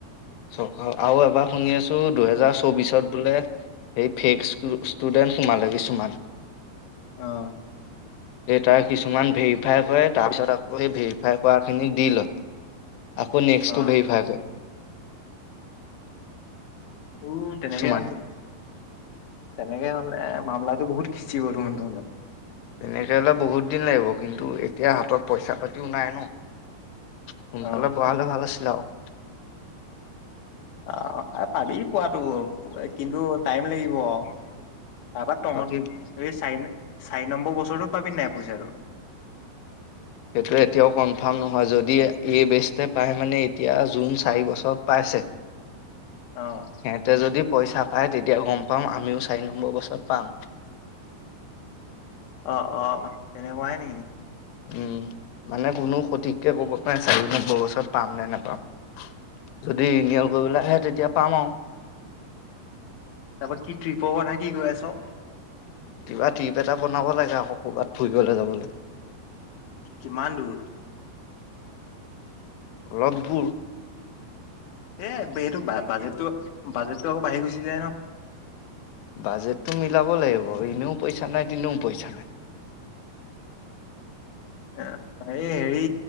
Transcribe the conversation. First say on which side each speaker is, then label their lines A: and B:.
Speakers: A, on the left (about 85°); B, on the left (about 70°).
A: চৰকাৰ আৰু এবাৰ শুনি আছো, দুহেজাৰ চৌবিশত বোলে সেই ফেক ষ্টুডেণ্ট সোমালে কিছুমান।
B: আহ।
A: এ তাৰ কিছুমান ভেৰিফাই কৰে, তাৰপিছত আকৌ সেই ভেৰিফাই কৰাখিনিক দি লয়। আকৌ নেক্সটো
B: অ',
A: ভেৰিফাই কৰে।
B: উ তেনেকে
A: কিছুমানে।
B: হাত তেনেকে হলে মামলাতো বহুত খিচি কৰো স তহলে।
A: তেনেকৈ হ'লে বহুত দিন লাগিব, কিন্তু এতিয়া হাতত পইচা পাতিও নাই ন। সোনকালে
B: অ',
A: পোৱা হ'লে ভাল আছিলে। <unintelligible>
B: অ' এ পাবি পোৱাাতো কিন্তু টাইম লাগিব। অ', তাৰপৰা তহঁত
A: বাকী
B: এই চাৰি চাৰি নম্বৰ বছৰতত পাবি নাই পইচা টো
A: সেইটো এতিয়াও কনফাৰ্ম নহয় যদি এই বেষ্টে পাই মানে এতিয়া জুন চাৰি বছৰ পাইছে।
B: অ',
A: সেতে যদি পইচা পায় তেতিয়া গম পাম আমিও চাৰি নম্বৰ বছৰত পাম।
B: অ অ তেনেকুৱাহে নেকি?
A: উম মানে কোনো সঠিককে ক'ব নোৱাৰে চাৰি নম্বৰ বছৰত পাম নে নোপাম। যদি ৰিনিয়ল
B: অ',
A: কৰিবলে আহে তেতিয়া পাম আও।
B: তা পা কি ট্ৰিপৰ কথা কি কৈ আছ?
A: কিবা টিপ এটা বনাব লাগে আক ক'বাত ফুৰিবলে যাবলে।
B: কিমান দূৰ?
A: অলপ দূৰ।
B: এ এইটো বাজেটটো বাজেটটো আকৌ বাঢ়ি গুচি যায় ন।
A: বাজেটটো মিলাব লাগিব এনেও পইচা নাই তেনেও পইচা নাই।
B: এ। এই হেৰি